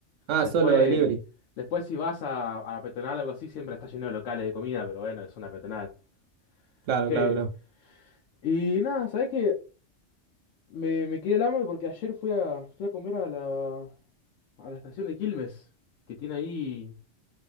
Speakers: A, on the right; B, on the left.
A: Ah,
B: Después,
A: solo delivery.
B: después si vas a, a la peatonal o algo así, siempre está lleno de locales de comida, pero bueno, es una peatonal.
A: Claro,
B: qué
A: claro, claro.
B: y nada, ¿sabes qué? Me, me quedé el hambre porque ayer fui a, fui a comer a la, a la estación de Quilmes, que tiene ahí